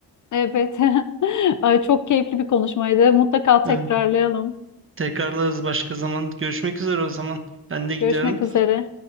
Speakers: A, on the left; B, on the right.
A: Evet <laughs> Ay, çok keyifli bir konuşmaydı mutlaka tekrarlayalım.
B: Evet. Tekrarlarız başka zaman. Görüşmek üzere o zaman. Ben de gidiyorum.
A: Görüşmek üzere.